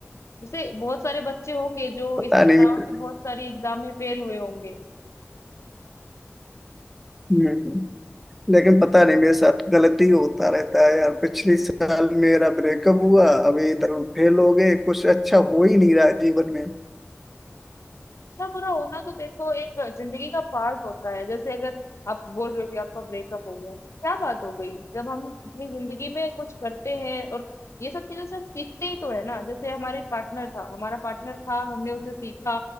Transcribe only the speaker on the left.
वैसे बहुत सारे बच्चे होंगे जो
इसके
अलावा
भी बहुत सारी एग्जाम में फेल हुए होंगे
अच्छा बुरा होना तो देखो एक जिंदगी का पार्ट होता है जैसे अगर आप बोल रहे हो कि आपका ब्रेकअप हो गया क्या बात हो गई जब हम अपनी जिंदगी में कुछ करते हैं और ये सब चीजों से हम सीखते ही तो है ना जैसे हमारे पार्टनर था हमारा पार्टनर था हमने उसे सीखा